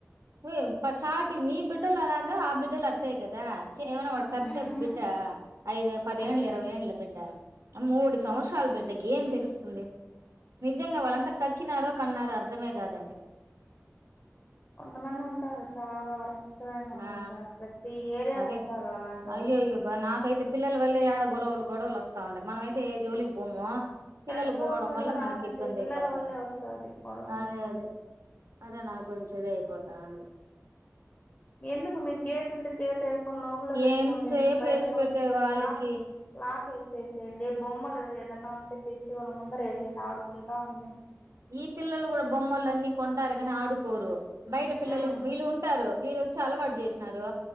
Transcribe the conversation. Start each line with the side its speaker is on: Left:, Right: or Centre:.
Right: హే ప సాటి నీ బిడ్డలు అలాగా ఆ బిడ్డలు అట్టే కదా ఏవైనా వాడ్ పెద్ద
Left: హ్మ్
Right: బిడ్డా ఐదు పదేండ్లు
Left: అదే
Right: ఇరవై
Left: కదా
Right: ఏండ్లు బిడ్డా మూడు సంవత్సరాల బిడ్డకి ఏం తెలుస్తుంది నిజంగా వాలంత కక్కినారో కన్నారో అర్ధమే కాదండి
Left: కొంతమంది ఉంటారు చాలా వరస్ట్ అయిన వాళ్ళు
Right: ఆ
Left: ఉంటారు ఏరియాకు
Right: మరే
Left: ఉంటారు అలాంటోళ్ళు
Right: అయ్యయ్యో అబ్బా నాకైతే పిల్లల వల్లే ఏడ గొడవలు గొడవలు ఒసా ఉండై మనమైతే ఏ జోలికి పోమొ పిల్లలు
Left: పెద్దోళ్ళ
Right: బోవడం వల్ల
Left: రాదండి
Right: మనకి ఇబ్బంది
Left: పిల్లల
Right: అయిపోతా
Left: వల్లే వస్తది గొడవలు
Right: అదే అదే అదే నాకు కొంచం ఇది అయిపోతాంది
Left: ఎందుకు మీక్ గేట్ ఉంటే గేట్ ఎస్కొని లోపలే పెట్టుకోండి
Right: ఎంతసేపు
Left: ఎందుకు బయట
Right: వేసి
Left: పంపించ
Right: పెట్టేది వాళ్ళకి
Left: లాకు లాకే సేసేయండి బొమ్మలు ఏదన్నా ఉంటే తెచ్చి వాళ్ళ ముందర ఎసేయండి ఆడుకుంటా ఉడి
Right: ఈ పిల్లలు కూడా బొమ్మలున్ని కొంటారు గానీ ఆడుకోరూ బయట పిల్లలు
Left: ఉమ్
Right: వీళ్ళు ఉంటారు వీళ్ళుచ్చ అలవాటు జెస్నారూ